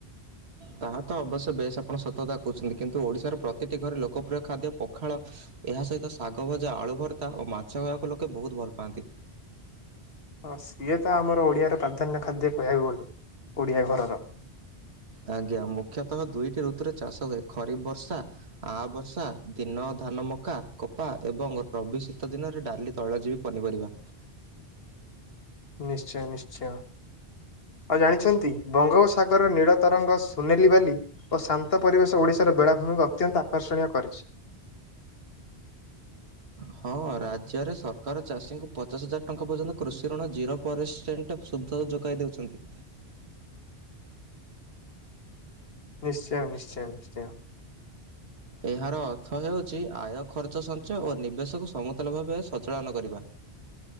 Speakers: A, on the right (about 75°); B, on the left (about 65°).
A: ତାହା ତ ଅବଶ୍ୟ ବେଶ୍ ଆପଣ ସତତା କହୁଛନ୍ତି। କିନ୍ତୁ, ଓଡ଼ିଶାର ପ୍ରତିଟି ଘରେ ଲୋକପ୍ରିୟ ଖାଦ୍ୟ ପଖାଳ ଏହା ସହିତ ଶାଗ ଭଜା ଆଳୁ ଭର୍ତ୍ତା ଓ ମାଛ ଖାଇବାକୁ ଲୋକେ ବହୁତ୍ ଭଲ ପାଆନ୍ତି।
B: ହଁ, ସିଏ ତ ଆମର ଓଡ଼ିଆର ପ୍ରାଧାନ୍ୟ ଖାଦ୍ୟ କହିବାକୁ ଗଲେ ଓଡ଼ିଆ ଘରର।
A: ଆଜ୍ଞା, ମୁଖ୍ୟତଃ ଦୁଇଟି ଋତୁରେ ଚାଷ ହୁଏ ଖରିଫ୍ ବର୍ଷା ଆ ବର୍ଷା ଦିନ ଧାନ, ମକା, କପା ଏବଂ ରବି ଶୀତ ଦିନରେ ଡାଲି ତୈଳ ଜୀବି, ପନିପରିବା।
B: ନିଶ୍ଚୟ ନିଶ୍ଚୟ। ଆଉ ଜାଣିଛନ୍ତି ବଙ୍ଗୋପସାଗର ନୀଳ ତରଙ୍ଗ ସୁନେଲି ବାଲି ଓ ଶାନ୍ତ ପରିବେଶ ଓଡିଶାର ବେଳାଭୂମିକୁ ଅତ୍ୟନ୍ତ ଆକର୍ଷଣୀୟ କରିଛି।
A: ହଁ, ରାଜ୍ୟରେ ସରକାର ଚାଷୀଙ୍କୁ ପଚାଶ ହଜାର ଟଙ୍କା ପର୍ଯ୍ୟନ୍ତ କୃଷିଋଣ ଜିରୋ ପରସେଣ୍ଟ ସୁଧତା ଯୋଗାଇ ଦେଉଛନ୍ତି।
B: ନିଶ୍ଚୟ ନିଶ୍ଚୟ ନିଶ୍ଚୟ।
A: ଏହାର ଅର୍ଥ ହେଉଛି ଆୟ ଖର୍ଚ୍ଚ ସଞ୍ଚୟ ଓ ନିବେଶକୁ ସମତଲ ଭାବେ ସଚାଳନ କରିବା।